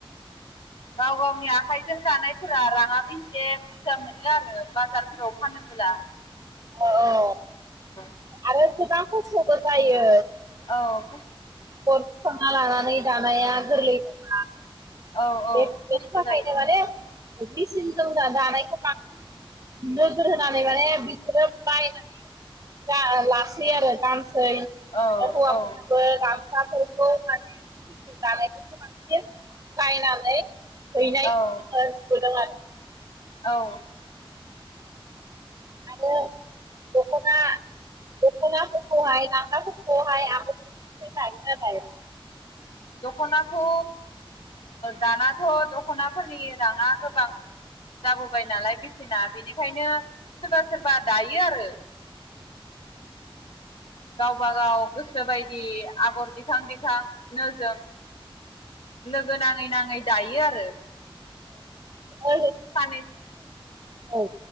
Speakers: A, on the left (about 75°); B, on the right (about 40°).
A: गाव गावनि आखाइजों दानाय फोरा राङाबो एसे बुरजा मोनो आरो बाजार फोराव फानोबोला।
B: अ औ
A: औ
B: आरो गोबां खस्थ'बो जायो।
A: औ।
B: खांना लानानै दानाया गोरलै नङा।
A: औ
B: बे बेनि
A: खस्थ'
B: थाखायनो
A: जायो
B: माने मेचनजों दा दानायखौ बांसिन नोजोर होनानै माने बिसोरो बायनानै ला लासै आरो दाम सै आरो
A: औ
B: हौवा
A: औ
B: फोरनोबो गाम। <unintelligible> <unintelligible> <unintelligible>
A: औ
B: <unintelligible>
A: औ
B: आरो दखना दख'नाफोरखौहाय नांगाफोरखौावहाय आगाग दाया
A: दख'नाखौ दानाथ' दख'नाफोरनि राङा गोबां जाबोबाय नालाय बेसेना बेनिखायनो सोरबा सोरबा दायो आरो गावबा गाव गोसो बायदि आगर दिखां दिखां नो जों लोगो नाङै नाङै दायो आरो
B: <unintelligible>
A: सानै
B: औ